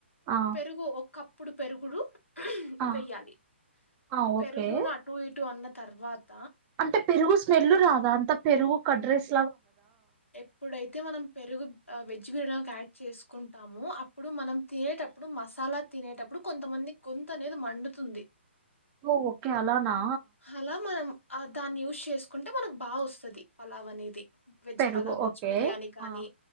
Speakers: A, on the right (about 20°); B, on the left (about 85°).
A: ఆ
B: పెరుగు ఒక ఇప్పుడు పెరుగుడు
A: ఆ
B: వెయ్యాలి
A: ఆ ఓకే
B: పెరుగును అటు ఇటు అన్నత్ తర్వాత్
A: అంటే పెరుగు స్మెల్లు రాదు అంత పెరుగు కడ్రెస్
B: ఎప్పుడైతే మనం పెరుగు బాగ వెజ్ మంచ డనికి యాడ్ చేసుకుంటామో, అప్పుడు మనం తినేటప్పుడు, మసాలా తినేటప్పుడు, కొంతమంది గొంతు అనేది మండుతుంది.
A: ఓ ఓకే అలానా
B: అలా మనం ఆ దాన్ని యూజ్ చేసుకుంటే మనకు బాగ వస్తది. పలావ్ అనేది వెజ్
A: పెరుగు
B: పలావ్ వెజ్
A: ఓకే
B: బిర్యానీ కానీ
A: ఆ